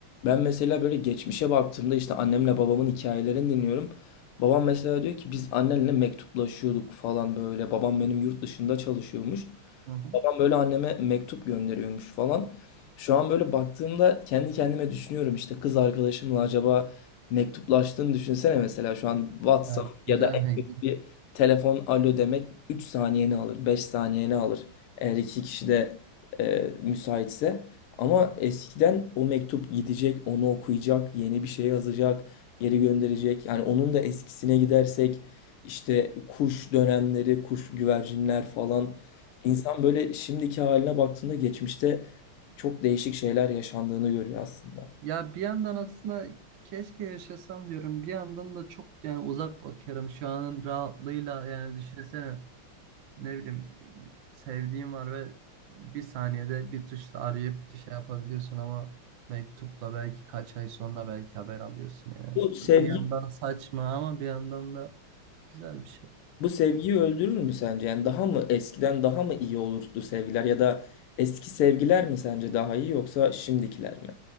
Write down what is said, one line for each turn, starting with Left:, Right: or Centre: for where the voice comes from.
Left: Ben mesela böyle geçmişe baktığımda işte annemle babamın hikayelerini dinliyorum. Babam mesela diyor ki biz annenle mektuplaşıyorduk falan böyle. Babam benim yurt dışında çalışıyormuş.
Right: Hı hı.
Left: Babam böyle anneme mektup gönderiyormuş falan. Şu an böyle baktığımda kendi kendime düşünüyorum işte kız arkadaşımla acaba mektuplaştığını düşünsene mesela şu an WhatsApp
Right: Evet,
Left: ya
Right: güzel.
Left: da en
Right: Hey.
Left: kötü bir telefon alo demek 3 saniyeni alır, 5 saniyeni alır. Eğer iki kişi de e, müsaitse. Ama eskiden o mektup gidecek, onu okuyacak, yeni bir şey yazacak, geri gönderecek. Yani onun da eskisine gidersek işte kuş dönemleri, kuş güvercinler falan. İnsan böyle şimdiki haline baktığında geçmişte çok değişik şeyler yaşandığını görüyor aslında.
Right: Ya bir yandan aslında keşke yaşasam diyorum. Bir yandan da çok yani uzak bakıyorum şu anın rahatlığıyla yani düşünsene. ne bileyim sevdiğim var ve bir saniyede bir tuşla arayıp şey yapabiliyorsun ama mektupla belki kaç ay sonra belki haber alıyorsun yani.
Left: Bu sevgi,
Right: Bir yandan saçma ama bir yandan da güzel bir şey.
Left: bu sevgiyi öldürür mü sence? Yani daha mı eskiden daha mı iyi olurdu sevgiler ya da eski sevgiler mi sence daha iyi yoksa şimdikiler mi?